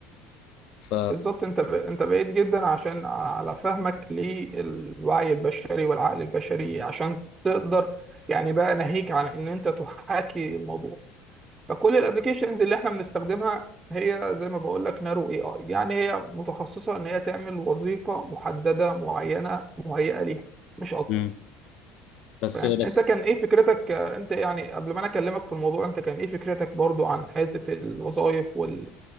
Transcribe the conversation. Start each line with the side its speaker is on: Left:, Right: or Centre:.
Left: ف
Right: بالظبط انت ب... انت بعيد جدا عشان على فهمك للوعي البشري والعقل البشري عشان تقدر يعني بقى ناهيك عن ان انت تحاكي الموضوع فكل الابلكيشنز اللي احنا بنستخدمها هي زي ما بقول لك نارو اي اي يعني هي متخصصه ان هي تعمل وظيفه محدده معينه مهيئه ليها مش اكتر
Left: مم. بس
Right: فاهم
Left: بس
Right: انت كان ايه فكرتك آه، انت يعني قبل ما انا اكلمك في الموضوع انت كان ايه فكرتك برضو عن حته الوظائف وال...